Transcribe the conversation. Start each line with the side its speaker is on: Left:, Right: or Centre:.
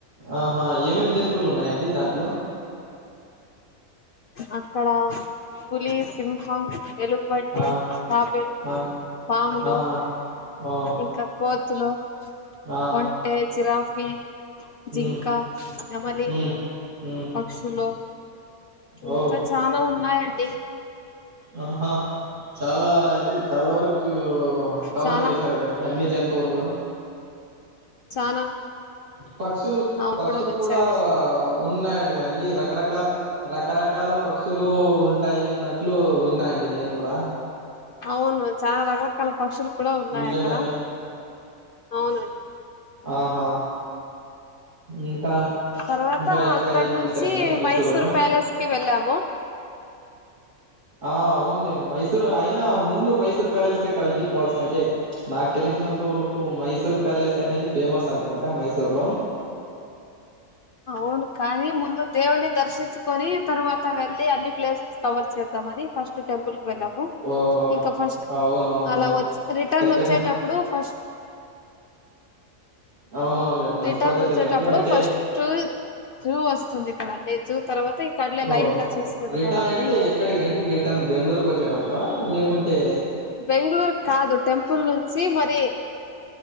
Right: ఆహా ఏమేం జంతువులు ఉన్నాయండి దాంట్లో
Left: అక్కడ పులి సింహం ఎలుగుబడ్టి
Right: ఆ
Left: తాబేలు
Right: ఆ
Left: పాములు
Right: ఆహా ఓ
Left: ఇంకా కో తులు
Right: ఆ
Left: ఒంటె జిరాఫ్ ఫీ జింకా
Right: మ్మ్
Left: నెమలి
Right: మ్మ్ మ్మ్
Left: పక్షులో ఇంకా
Right: ఓ
Left: చనా ఉన్నాయి అండి
Right: ఆహా చాలా అయితే చాలా వరకు చూ కవర్
Left: చానా
Right: చేశారు కాని అన్ని జ తువులు
Left: చానా
Right: పక్షులు
Left: అవును
Right: పక్షులు
Left: వచ్చారండి
Right: కూడా ఉన్నాయండి కదండి రకరకాల రకరకాల పక్షులు ఉంటాయి అన్నట్లు విన్నాయండి ఇ నేను కూడా
Left: అవును చాలా రగలకాల పక్షులు ఉన్నాయి
Right: నిజమేనా
Left: అక్కడ అవునండి
Right: ఆహా ఇంకా
Left: తర్వాత
Right: ఇంకా ఇంకా
Left: అక్కడ
Right: ఏం
Left: నుంచి
Right: చూసారండి మైసూరులో
Left: మైసూర్ ప్యాలెస్ కి వెళ్ళాము
Right: ఆ అవునులేండి మైసూరు అయినా ముందు మైసూర్ ప్యాలెస్కే కదండి పోల్స అంటే నాకు తెలిసినంత వరకు మైసూర్ ప్యాలెస్ అనేది ఫేమస్ అనుకుంటా మైసూర్లో
Left: అవును కాని ముందు దేవుణ్ణి దర్శించకొని తర్వాత వెళ్లి అన్ని ప్లేసెస్ కవర్ చేద్దామని ఫస్ట్ టెంపుల్ పోనము
Right: ఓహో
Left: ఇంకా ఫస్ట్
Right: అవునవును
Left: అలా
Right: మం
Left: వచ్చ రిటర్న్
Right: చక్కటి
Left: వచ్చేటప్పుడు ఫస్ట్
Right: అవునవునులేండి మంచి
Left: రిటర్న్ల
Right: పద్ధతేలేండి
Left: వచ్చేటప్పుడు
Right: అంటే
Left: ఫస్ట్ జూ వస్తుంది కదండీ జూ తర్వాత ఇ కడలే
Right: ఓ
Left: లైన్ గా చూసుకుంటూ
Right: రిటర్న్
Left: పోదామని
Right: అంటే ఎక్కడికండి రిటర్న్ బెంగళూరుకి వచ్చేటప్పుడా లేకుంటే
Left: బెంగళూరు కాదు టెంపుల్ నుంచి మరది అ <unintelligible>